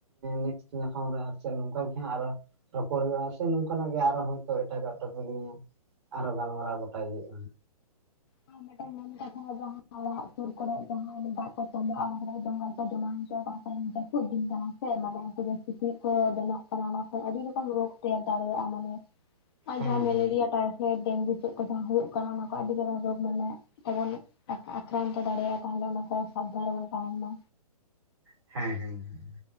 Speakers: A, on the right; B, on the left.
A: ᱱᱮᱠᱥᱚᱴ ᱧᱟᱯᱟᱢ ᱨᱮ ᱟᱨᱮᱫ ᱱᱚᱝᱠ ᱜᱮ ᱨᱚᱯᱚᱲ ᱦᱩᱭᱩᱜᱼᱟ, ᱥᱮ ᱱᱚᱝᱠᱟᱱᱟᱜ ᱜᱮ ᱟᱨᱚ ᱦᱭᱛ ᱮᱴᱟᱜᱟᱜ ᱴᱚᱯᱤᱠ ᱱᱤᱭᱮ ᱟᱨᱚ ᱜᱟᱞᱢᱟᱨᱟᱣ ᱜᱚ ᱴᱟᱭ ᱦᱩᱭᱩᱜᱼᱟ᱾
B: <unintelligible> ᱚᱲᱟᱜ ᱥᱩᱨ ᱠᱚᱨᱮ ᱡᱟᱦᱟᱸᱭ ᱫᱟᱜ ᱠᱚ ᱛᱚᱸᱵᱚᱜᱼᱟ ᱚᱱᱟ ᱰᱚᱸᱜᱟᱲ ᱠᱚ ᱡᱚᱢᱟᱣ ᱦᱚᱪᱚᱼᱟ ᱡᱟᱹᱯᱩᱫ ᱫᱤᱱ ᱠᱟᱱᱟ᱾ ᱥᱮ ᱢᱟᱱᱮ ᱩᱱᱠᱩ ᱫᱚ ᱥᱤᱠᱤᱡ ᱠᱚ ᱵᱮᱱᱟᱜ ᱠᱟᱱᱟ ᱾ ᱚᱱᱟ ᱠᱷ ᱟᱹᱰᱤ ᱨᱚᱠᱚᱢ ᱨᱳᱜᱽ ᱛᱮᱭᱟᱨ ᱫᱟᱲᱮᱭᱟᱜᱼᱟ᱾ ᱢᱟᱱᱮ
A: <inaudible>
B: ᱟᱨ ᱡᱟᱦᱟᱸ ᱢᱮᱞᱮᱨᱤᱭᱟ
A: ᱦᱮᱸ
B: ᱴᱟᱭᱯᱷᱚᱭᱮᱰ ᱰᱮᱝᱜᱩ ᱪᱮᱫ ᱠᱚ ᱡᱟᱦᱟᱸ ᱦᱩᱭᱩᱜ ᱠᱟᱱᱟ ᱚᱱᱟ ᱠᱚ ᱟᱹᱰᱤ ᱡᱟᱨᱟᱝ ᱨᱳᱜ ᱢᱟᱱᱮ ᱡᱮᱢᱚᱱ ᱟᱠᱨᱟᱱᱛ ᱫᱟᱲᱮᱭᱟᱜᱼᱟ, ᱛᱟᱦᱚᱞᱮ ᱚᱱᱟ ᱠᱚ ᱥᱟᱵ ᱢᱟ᱾
A: ᱦᱮᱸ, ᱦᱮᱸ᱾